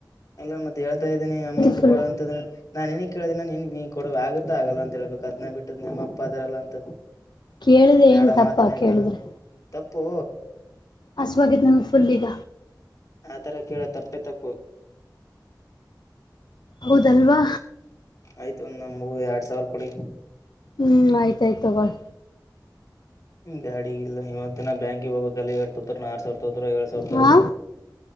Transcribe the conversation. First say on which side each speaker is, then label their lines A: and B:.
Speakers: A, on the left; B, on the left.
A: ಅಲ್ಲ ಮತ್ತೆ ಹೇಳ್ತಾ ಇದ್ದೀನಿ ಅಮೌಂಟ್
B: ಫುಲ್
A: ಕೊಡಂತ್ರ. ನಾನ್ ನಿನಗ್ ಕೇಳಿದ್ದಿ ನಿನ್ ನೀ ಕೊಡ ಆಗುತ್ತಾ ಆಗಲ್ಲ ಅಂತೇಳ್ಬೇಕು ಅದನ್ನ ಬಿಟ್ಟಿದು ನಿಮ್ಮಪ್ಪ ಅದಾರಲ್ಲ ಅಂತ.
B: ಕೇಳಿದೆ
A: ಇನ್
B: ಏನ್
A: ಆಡ
B: ತಪ್ಪ
A: ಮಾತಾನ ಇದನ
B: ಕೇಳಿದ್ರೆ
A: ತಪ್ಪು.
B: ಹಸ್ವ ಆಗೆತ ನನಗ ಫುಲ್ ಈಗ.
A: ಆ ತರ ಕೇಳೋದ ತಪ್ಪೇ ತಪ್ಪು.
B: ಹೌದಲ್ವಾ.
A: ಆಯ್ತು ಒಂದ ನಮ್ಮ್ಗು ಎರಡ್ ಸಾವಿರ ಕೊಡಿ.
B: ಹ್ಮ್ ಆಯ್ತಾಯ್ತ ತಗೋಳಿ.
A: ಗಾಡಿ ಇಲ್ಲ ಇವತ್ತ ನ ಬ್ಯಾಂಕಿಗೆ ಹೋಗಬೇಕ ಅಲ್ಲಾ ಇವತ್ತ್. ಆರ್ ಸಾವಿರ ತಗತಾರ ಏಳ್ ಸಾವಿರ ತಗೋತಾರ
B: ಹಾ